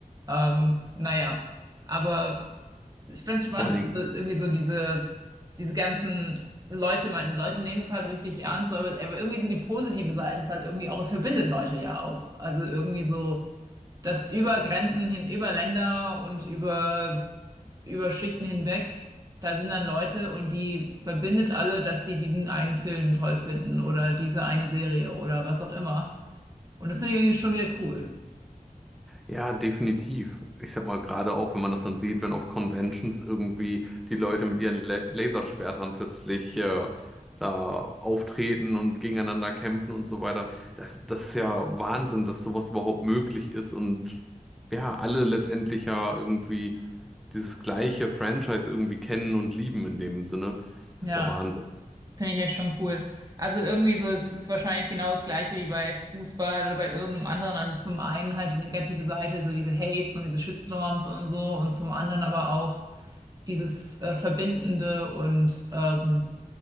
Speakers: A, on the right; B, in the centre.
A: Ähm, naja. Aber ich finde es spannend.
B: Vor allen Dingen,
A: Also irgendwie so diese, diese ganzen Leute, man, Leute nehmen es halt richtig ernst, aber, aber irgendwie so die positive Seite ist halt irgendwie auch, es verbindet Leute ja auch. Also irgendwie so, dass über Grenzen hin, über Länder und über, über Schichten hinweg, da sind dann Leute und die verbindet alle, dass sie diesen einen Film toll finden oder diese eine Serie oder was auch immer. Und das finde ich irgendwie schon wieder cool.
B: Ja, definitiv. Ich sag mal, gerade auch, wenn man das dann sieht, wenn auf Conventions irgendwie die Leute mit ihren La Laserschwertern plötzlich äh, da auftreten und gegeneinander kämpfen und so weiter. Das, das ist ja Wahnsinn, dass sowas überhaupt möglich ist und ja, alle letztendlich ja irgendwie dieses gleiche Franchise irgendwie kennen und lieben in dem Sinne. Das
A: Ja.
B: ist ja Wahnsinn.
A: Finde ich echt schon cool. Also irgendwie so, es ist wahrscheinlich genau das Gleiche wie bei Fußball oder bei irgendeinem anderen. Also zum einen halt die negative Seite, so diese Hates und diese Shitstorms und so und zum anderen aber auch dieses äh, Verbindende und ähm,